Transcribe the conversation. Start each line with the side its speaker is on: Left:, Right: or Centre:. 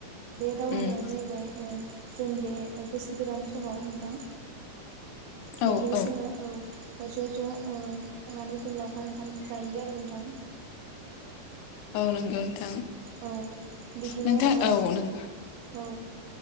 Right: बे दावबायनाया
Left: उम
Right: जाहैबाय ओ जों बे बोसोर गोदान समाव नोंथां बिदिनो
Left: औ औ
Right: जोङो औ ज' ज' ओ थांनानै जों लावखार ओंखाम जायो आरो नोंथां।
Left: औ नंगौ नोंथां।
Right: औ बिदिनो
Left: नोंथां
Right: ओ
Left: औ नों
Right: औ